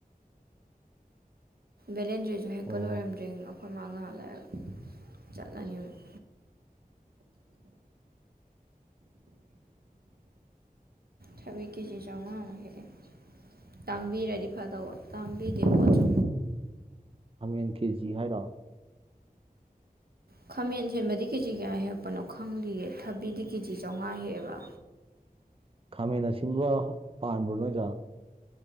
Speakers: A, on the right (about 80°); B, on the right (about 35°).
A: ꯕꯦꯂꯦꯟꯗ꯭ꯔꯤꯖꯨ ꯍꯦꯛꯄ
B: ꯑꯣ
A: ꯂꯣꯏꯔꯝꯗ꯭ꯔꯤꯡ ꯑꯩꯈꯣꯏ ꯃꯥ ꯉꯥꯏꯍꯥꯛꯂꯩ ꯆꯠꯂꯅꯤ ꯑꯃꯨꯛ ꯊꯕꯤ ꯀꯦꯖꯤ ꯆꯧꯉꯥꯃꯨꯛ ꯍꯦꯛꯏ ꯇꯥꯡꯕꯤꯔꯗꯤ ꯐꯗꯧꯕ ꯇꯥꯡꯕꯤꯗꯦ ꯄꯣꯠꯁꯨ
B: ꯈꯃꯦꯟ ꯀꯦꯖꯤ ꯍꯥꯏꯔꯣ
A: ꯈꯃꯦꯟ ꯁꯤꯟꯕꯗꯤ ꯀꯦꯖꯤ ꯀꯌꯥ ꯍꯦꯛ ꯍꯦꯛꯄꯅꯣ ꯈꯪꯗꯤꯌꯦ ꯊꯕꯤꯗꯤ ꯀꯦꯖꯤ ꯆꯧꯉꯥ ꯍꯦꯛꯑꯦꯕꯥ
B: ꯈꯥꯃꯦꯟ ꯑꯁꯤꯟꯕ ꯄꯥꯟꯕ꯭ꯔꯣ ꯅꯣꯏꯗ